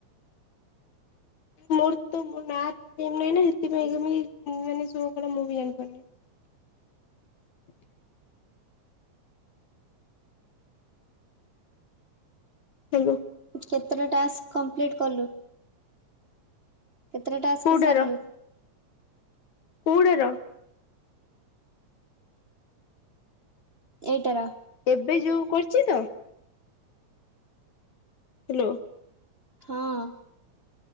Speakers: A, on the left; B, on the right.
A: ମୋର ତ ମୋ ନା ତ ସେବ ନହିଁ ନା ସେଥିପାଇଁ କା ମୋ ନାଁ କେମତି ଶୋ କଲା ମୁଁ ବି ଜାଣିପାରୁନି । <inaudible> ହ୍ୟାଲୋ ।
B: କେତେଟା ଟାସ୍କ୍ କମ୍ପଲିଟ କଲୁ। କେତେ ଟାସ୍କ
A: କୋଉଟାର
B: ସାରିଲୁ।
A: କୋଉଟାର ।
B: ଏଇଟର ।
A: ଏବେ ଯୋଉ କରଛି ତ? ହ୍ୟାଲୋ ।
B: ହଁ ।